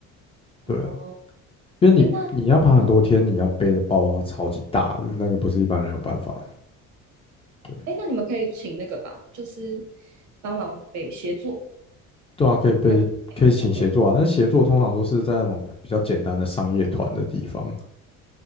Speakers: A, on the right; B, on the left.
A: 哦。
B: 对啊。因为你你要爬很多天，
A: 哎，那，嗯，
B: 你要背的包包超级大的，那个不是一般人有办法的。对，
A: 哎，那你们可以请那个吧，就是帮忙背协作，
B: 对啊，可以背，
A: 那每个山都有
B: 可以请协作啊，但是协作通常都是在那种比较简单的商业团的地方。